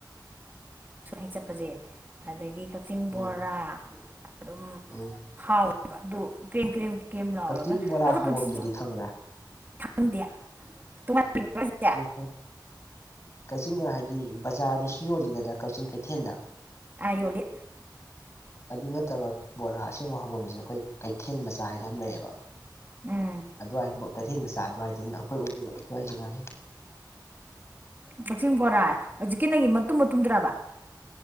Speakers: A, on the right; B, on the left.
A: ꯁꯨꯃꯥꯏꯅꯆꯠꯄꯖꯦ ꯑꯗꯒꯤ ꯀꯥꯛꯆꯤꯡ
B: ꯎꯝ
A: ꯕꯣꯔꯥ ꯑꯗꯨꯝ
B: ꯎꯝ
A: ꯍꯥꯎꯑꯦꯕ ꯑꯗꯨ ꯀ꯭ꯔꯦꯝ ꯀ꯭ꯔꯦꯝ ꯀ꯭ꯔꯦꯝ ꯂꯥꯎꯔꯒ
B: ꯀꯥꯛꯆꯤꯡ ꯕꯣꯔꯥ
A: ꯑꯗꯨ ꯀꯛꯆꯤꯡ
B: ꯍꯧꯕꯝꯗꯨꯗꯤ ꯈꯪꯕ꯭ꯔꯥ
A: ꯈꯪꯗꯦ ꯇꯣꯉꯥꯟꯅ ꯌꯣꯟꯕ꯭ꯔꯥ ꯍꯥꯏꯖꯦ
B: ꯑꯍꯝ ꯀꯥꯛꯆꯤꯡ ꯕꯣꯔꯥ ꯍꯥꯏꯗꯤ ꯕꯖꯥꯔꯗꯁꯨ ꯌꯣꯜꯂꯤꯗꯅ ꯀꯥꯛꯆꯤꯡ ꯀꯩꯊꯦꯜꯗ
A: ꯑꯥꯏ ꯌꯣꯟꯂꯤ
B: ꯑꯗꯨ ꯅꯠꯇꯕ ꯕꯣꯔꯥ ꯑꯁꯦꯡꯕ ꯍꯧꯕꯝꯖꯦ ꯑꯩꯈꯣꯏ ꯀꯩꯊꯦꯜ ꯃꯆꯥ ꯍꯥꯏꯅ ꯑꯃ ꯂꯩꯌꯦꯕ
A: ꯎꯝ
B: ꯑꯗꯨꯋꯥꯏꯕꯨ ꯀꯩꯊꯦꯜ ꯃꯆꯥ ꯑꯗꯨꯋꯥꯏꯗꯩꯅ ꯑꯩꯈꯣꯏꯕꯨ ꯑꯗꯨꯋꯥꯏ ꯖꯥꯒꯥꯗꯩꯩ
A: ꯀꯛꯆꯤꯡ ꯕꯣꯔꯥꯠ ꯍꯧꯖꯤꯛꯀꯤ ꯅꯪꯒꯤ ꯃꯇꯨꯝ ꯃꯇꯨꯝꯗꯨꯔꯥꯕꯥ